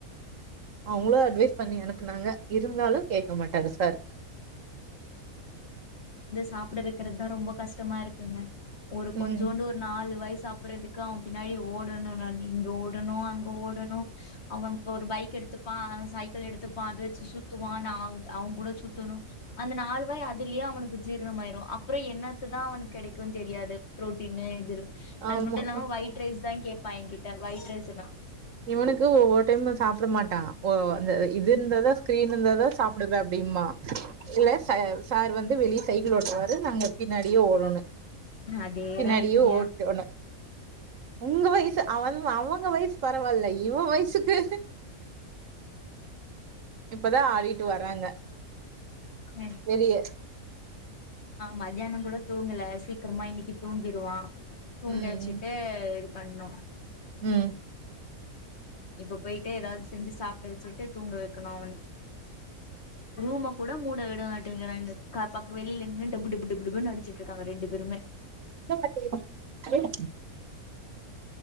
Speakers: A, on the right; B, on the left.
A: அவங்களோ அட்வைஸ் பண்ணி அனுப்புனாங்க இருந்தாலும் கேக்க மாட்டாரு சார்
B: சாப்புட வெக்கிறது தான் ரொம்ப கஷ்டமா இருக்குங்க ஒரு
A: உம்
B: கொஞ்சூண்டு ஒரு நாலு வாயி சாப் சாப்புறதுக்கு அவன் பின்னாடி ஓடணு நானு இங்க ஓடனும் அங்க ஓடனும் அவன் இப்போ ஒரு பைக் எடுத்துப்பான் சைக்கிள் எடுத்துப்பான் அத வச்சு சுத்துவான் நான் அவங்க கூட சுத்தணும் அந்த நாலு வாய் அதிலேயே அவனுக்கு ஜீரணமாயிரும் அப்புறம் என்னத்தா தான் அவனுக்கு கெடைக் தெரியாது புரோட்டீனு இது அது
A: ஆமா
B: மட்டும் இல்லாம ஒயிட் ரைஸ் தான் கேட்பா என்கிட்ட ஒயிட் ரைஸ்ல்லாம்
A: இவனுக்கு ஒவ்வொரு டைம் சாப்ட மாட்டா ஓ அந்த இது இருந்தாதான் ஸ்கிரீன் இருந்தாதான் சாப்டுவேன் அப்படிம்பா இல்ல சார் வந்து வெளியே சைக்கிள் ஓட்டுவாரு நாங்க பின்னாடியே ஓடணும்
B: அதேதா
A: பின்னாடியே
B: இங்கயு
A: ஓட்டணும் உங்க வயசு அவன் அவங்க வயசு பரவால்ல இவன் வயசுக்கு இப்பதான் ஆடிட்டு வராங்க
B: ம்
A: வெளிய
B: மத்தியானம் கூட தூங்கல சீக்கிரமா இன்னைக்கு தூங்கிருவான் தூங்கவச்சிட்டு
A: ம்
B: பண்ணோம்
A: உம்
B: இப்ப போயிட் டு ஏதாவது செஞ்சு சாப்பிட வச்சுட்டு தூங்க வக்கணும் அவன ரூம கூட மூட விடமாட்டிங்குறாங்க க ப வெளில நின்னு புடு புடு புடு அடிச்சுக்கிட்டு இருக்காங்க ரெண்டு பேருமே
A: <unintelligible>